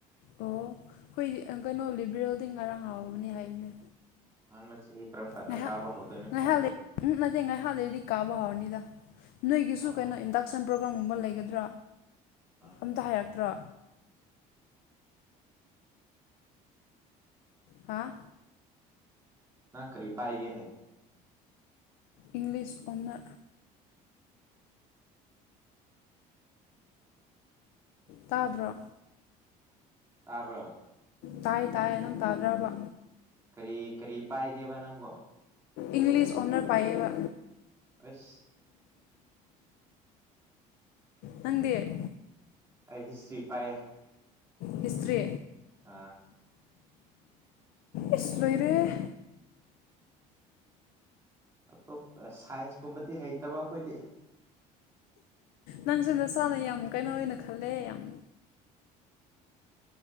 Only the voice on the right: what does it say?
ꯑꯍꯥꯟꯕ ꯆꯍꯤ ꯀꯔꯝ ꯀꯥꯟꯗ
ꯀꯥꯕ ꯍꯧꯗꯣꯏꯅꯣ
ꯈꯪꯗꯦ
ꯑꯥ
ꯑꯥ
ꯅꯪ ꯀꯔꯤ ꯄꯥꯏꯒꯦꯅꯦ
ꯇꯥꯕ꯭ꯔꯣ
ꯀꯔꯤ ꯀꯔꯤ ꯄꯥꯏꯒꯦꯕ ꯅꯪꯕꯣ
ꯑꯁ
ꯑꯩ ꯍꯤꯁꯇ꯭ꯔꯤ ꯄꯥꯏꯌꯦ
ꯑꯥ
ꯑꯇꯣꯞꯄ ꯁꯥꯏꯟꯁ ꯀꯨꯝꯕꯗꯤ ꯍꯩꯇꯕ ꯑꯩꯈꯣꯏꯗꯤ꯫